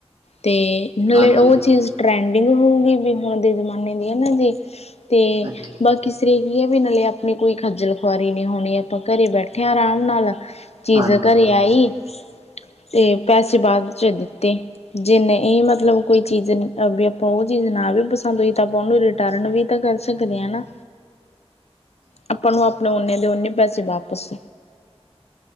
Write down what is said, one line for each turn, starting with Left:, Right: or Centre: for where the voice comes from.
Left: ਤੇ
Right: ਹਾਂਜੀ
Left: ਉਹ ਚੀਜ਼ ਟਰੈਂਡਿੰਗ ਹੋਏਗੀ ਦਿਨੋਦਿਨ ਦੇ ਜ਼ਮਾਨੇ ਦੀ ਹੈ ਨਾ ਜੀ ਤੇ
Right: ਹਾਂਜੀ ਹਾਂਜੀ ਹਾਂਜੀ
Left: ਗੱਲ ਕੀਸ ਤਗੀ ਹੈ ਵੀ ਨਾਲੇ ਆਪਣੀ ਕੋਈ ਖੱਜਲ ਖੁਆਰੀ ਨੀ ਹੋਣੀ ਆਪਾਂ ਘਰੇ ਬੈਠੇ ਹਾਂ ਆਰਾਮ ਨਾਲ ਚੀਜ਼
Right: ਹਾਂਜੀ ਹਾਂਜੀ ਹਾਂਜੀ ਹਾਂਜੀ
Left: ਘਰੇ
Right: ਹਾਂਜੀ
Left: ਆਈ ਤੇ ਪੈਸੇ ਬਾਅਦ ਚ ਦਿੱਤੇ ਜੇ ਨਹੀਂ ਮਤਲਬ ਕੋਈ ਚੀਜ਼ ਵੀ ਆਪਾਂ ਉਹ ਚੀਜ਼ ਨਾ ਵੀ ਪਸੰਦ ਹੋਈ ਤੇ ਉਹ ਨੂੰ ਰਿਟਰਨ ਵੀ ਤਾਂ ਕਰ ਸਕਦੇ ਆ ਨਾ ਆਪਾਂ ਨੂੰ ਆਪ ਉਨੇ ਦੇ ਉਨੇ ਪੈਸੇ ਵਾਪਸ